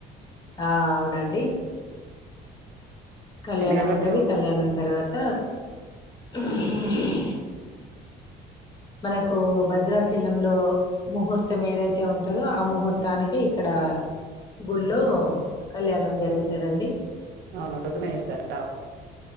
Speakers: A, on the left; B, on the right.
A: ఆ అవునండి. కళ్యాణం
B: ఎన్ని గంటలకు
A: ఉంటది, కళ్యాణం తర్వాత త <unintelligible> మనకు భద్రాచలంలో ముహూర్తం ఏదైతే ఉంటాదో ఆ ముహూర్తానికి ఇక్కడ గుళ్ళో కళ్యాణం జరుగుతుందండి.
B: అవునా పొద్దునే చేస్తారట.